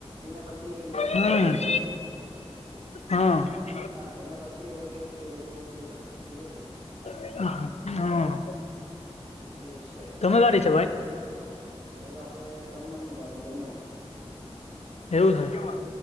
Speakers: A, on the right; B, on the left.
A: એના પછી એ ડિપેન્ડ
B: હમ
A: કરે બધું વસ્તુ
B: હા
A: હા એના પછી એ લોકો કે એ બધું ડિપેન્ડ ઉધર ગયું
B: હમ
A: એ છે
B: તમે ક્યાંથી છેો ભાઈ
A: હવે તો આપડે દમણ ની બાજુ દમણ
B: કે માર